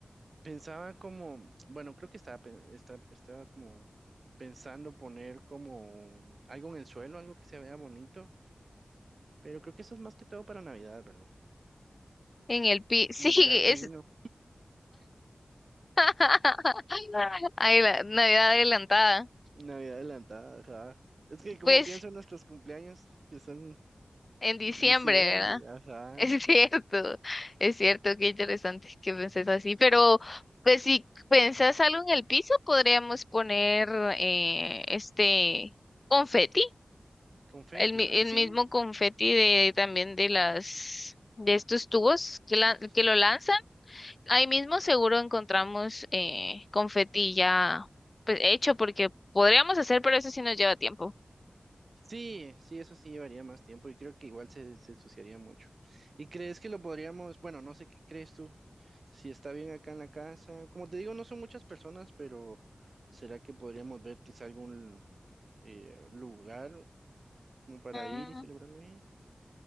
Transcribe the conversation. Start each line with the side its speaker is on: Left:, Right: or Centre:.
Right: Pensaba como, bueno, creo que estaba, pe- esta- estaba como pensando poner como algo en el suelo, algo que se vea bonito, pero creo que eso es más que todo para Navidad, ¿verdad?
Left: en el pi, <laughs> sí,
Right: Como tirar
Left: es
Right: pino
Left: <laughs> Ay, la Navidad adelantada.
Right: Navidad adelantada, ajá. Es que como
Left: Pues
Right: pienso en nuestros cumpleaños, que son
Left: en diciembre,
Right: en diciembre,
Left: verdad
Right: ajá.
Left: <laughs> Es cierto, es cierto, qué interesante que penses así, pero pues si pensás algo en el piso, podríamos poner eh, este confeti,
Right: Confeti,
Left: el, mi-
Right: ¿va?
Left: el
Right: Sí,
Left: mismo confeti de también de las de estos tubos que,
Right: de
Left: la-
Right: esos
Left: que
Right: tiempos.
Left: lo lanzan. Ahí mismo seguro encontramos eh, confeti ya pues hecho porque podríamos hacer, pero eso sí nos lleva tiempo.
Right: Sí, sí, eso sí llevaría más tiempo y creo que igual se, se ensuciaría mucho. ¿Y crees que lo podríamos, bueno, no sé qué crees tú, si está bien acá en la casa? Como te digo, no son muchas personas, pero ¿será que podríamos ver quizá algún eh, lugar como para
Left: Mm,
Right: ir y celebrarlo ahí?